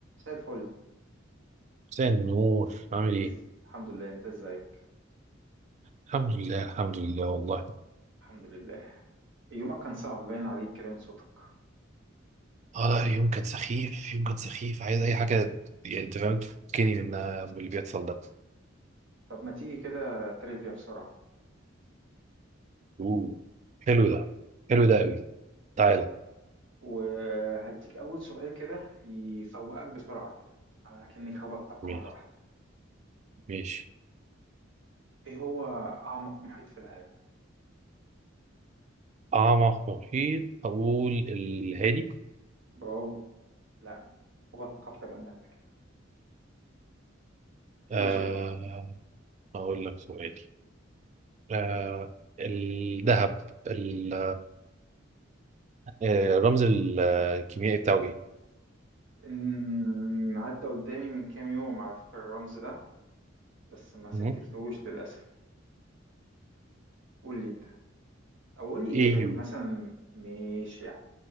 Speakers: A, on the right; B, on the right.
A: زي الفل
B: مساء النور عامل ايه؟
A: إز... الحمد لله انت ازيك
B: الحمد لله الحمد لله والله
A: الحمد لله يومك كان صعب باين عليك كده من صوتك
B: اه لا يوم كان سخيف يوم كان سخيف عايز اي حاجة يعني انت فاهم تفكني من من اللي بيحصل ده
A: طب ما تيجي كده تريفيا بسرعة
B: اوه حلو ده حلو ده قوي تعالى
A: وهديك أول سؤال كده يفوقك بسرعة كده أكني خبطتك
B: ماشي
A: مرة واحدة
B: ماشي
A: إيه هو أعمق محيط في العالم؟
B: اعمق محيط اقول الهادي
A: برافو لا خبط خبطة جامدة أنت كده
B: آه
A: قول سؤالك
B: اقول لك سؤال آه الذهب ال- آه، الرمز الكيميائي بتاعه ايه؟
A: إن- عدى قدامي من كام يوم على فكرة الرمز ده بس ما سجلتهوش
B: مم؟
A: للأسف قول لي أنت أو قول لي
B: ايه
A: إجابات
B: يو
A: مثلا ماشي يعني